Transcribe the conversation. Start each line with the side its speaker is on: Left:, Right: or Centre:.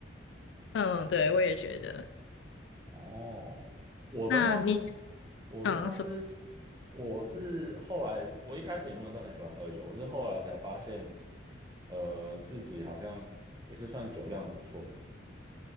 Left: 嗯，对，我也觉得。
Right: 哦，我的话是，
Left: 那你
Right: 我的话是，
Left: 嗯什么
Right: 我是后来，我一开始也没有到很喜欢喝酒，我是后来才发现，呃，自己好像也是算酒量不错。